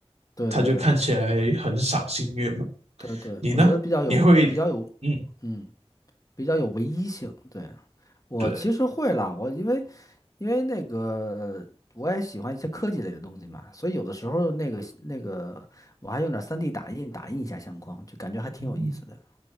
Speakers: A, on the left; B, on the right.
A: 对对对，
B: 它就看起来很赏心悦目。
A: 对对，
B: 你呢？
A: 我觉得比较有比较有，
B: 你会嗯，
A: 嗯，比较有唯一性。对，我其实会啦，
B: 对，
A: 我因为因为那个我也喜欢一些科技类的东西嘛，所以有的时候那个那个我还用点 3D 打印打印一下相框，就感觉还挺有意思的。
B: 嗯，